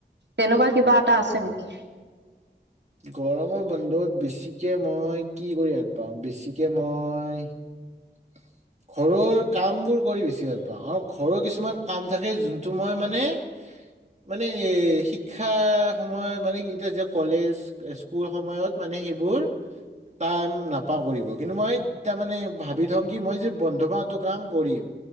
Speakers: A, on the right (about 70°); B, on the right (about 35°).
A: তেনেকুৱা কিবা এটা আছে নেকি?
B: গৰমৰ বন্ধত বেছিকে মই কি কৰি ভাল পাওঁ, বেছিকে মই- <unintelligible> ঘৰৰ কামবোৰ কৰি বেছি ভাল পাওঁ আৰু ঘৰৰ কিছুমান কাম থাকে যোনটো মই মানে- মানে শিক্ষা সময় মানে এতিয়া যে কলেজ- স্কুল সময়ত মানে এইবোৰ- টাইম নাপাওঁ কৰিব, কিন্তু মই তাৰমানে ভাত- বিধংকী মই যে বন্ধ পাও কাম কৰিম